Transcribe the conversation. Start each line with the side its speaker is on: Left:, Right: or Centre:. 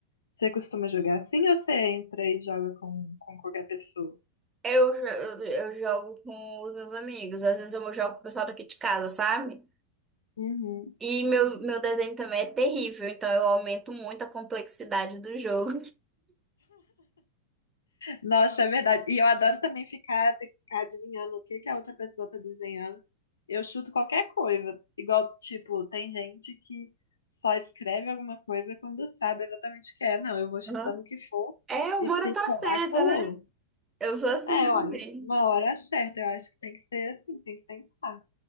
Left: Você costuma jogar assim ou você entra e joga com, com qualquer pessoa?
Right: Eu, jo- eu, eu jogo com os meus amigos, às vezes eu jogo com o pessoal daqui de casa, sabe?
Left: Uhum.
Right: E meu, meu desenho também é terrível, então eu aumento muito a complexidade do jogo.
Left: Nossa, é verdade. E eu adoro também ficar, ter que ficar adivinhando o que que a outra pessoa tá desenhando. Eu chuto qualquer coisa. Igual, tipo, tem gente que só escreve alguma coisa quando sabe exatamente o que é. Não, eu vou chutando
Right: Aham.
Left: o que for
Right: É, eu
Left: e
Right: moro
Left: se
Right: na tua
Left: colar, colou.
Right: né? Eu sou assim
Left: É,
Right: também.
Left: olha, uma hora é certa. Eu acho que tem que ser assim, tem que tentar.